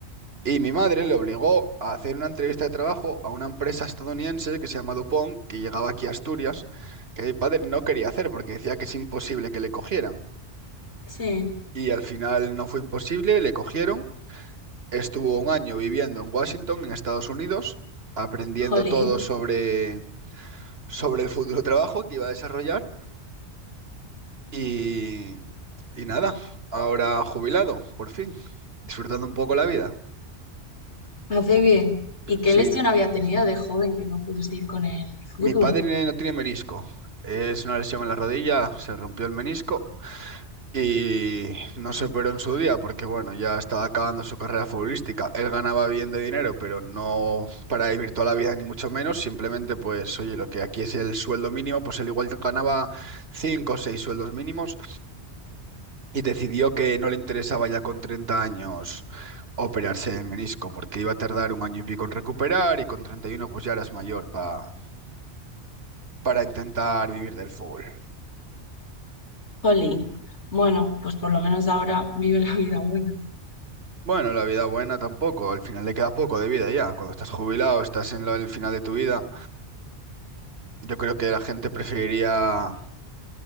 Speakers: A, on the right; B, on the left.
A: Y mi madre le obligó a hacer una entrevista de trabajo a una empresa estadounidense que se llama DuPont, que llegaba aquí a Asturias, que mi padre no quería hacer porque decía que es imposible que le cogieran.
B: Sí,
A: Y al final no fue imposible, le cogieron. Estuvo un año viviendo en Washington, en Estados Unidos, aprendiendo
B: jolín.
A: todo sobre, sobre el futuro trabajo que iba a desarrollar. Y, y nada, ahora jubilado, por fin, disfrutando un poco la vida.
B: Hace bien. ¿Y qué
A: Sí,
B: lesión había tenido de joven que no pudo seguir con el fútbol?
A: Mi padre no no tiene menisco. Es una lesión en la rodilla, se rompió el menisco y no se operó en su día porque, bueno, ya estaba acabando su carrera futbolística. Él ganaba bien de dinero, pero no para vivir toda la vida, ni mucho menos. Simplemente, pues, oye, lo que aquí es el sueldo mínimo, pues él igual ganaba cinco o seis sueldos mínimos y decidió que no le interesaba ya con 30 años operarse el menisco porque iba a tardar un año y pico en recuperar y con 31 pues ya eras mayor pa- para intentar vivir del fútbol.
B: Jolín. Bueno, pues por lo menos ahora vive la vida buena.
A: Bueno, la vida buena tampoco, al final le queda poco de vida ya. Cuando estás jubilado, estás en lo- el final de tu vida. Yo creo que la gente preferiría,